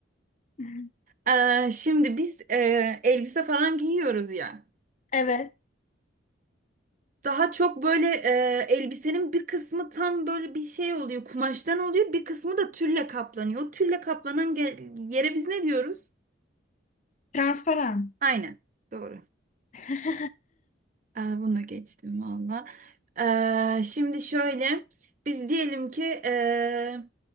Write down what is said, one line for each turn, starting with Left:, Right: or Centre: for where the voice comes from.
Left: <laughs>
Right: Ee, şimdi biz e, elbise falan giyiyoruz ya.
Left: Evet.
Right: Daha çok böyle e, elbisenin bir kısmı tam böyle bir şey oluyor, kumaştan oluyor. Bir kısmı da tülle kaplanıyor. O tülle kaplanan ge- yere biz ne diyoruz?
Left: Transparan.
Right: Aynen. Doğru.
Left: <laughs>
Right: Ee, Bunu geçtim valla. Ee, şimdi şöyle biz diyelim ki ee,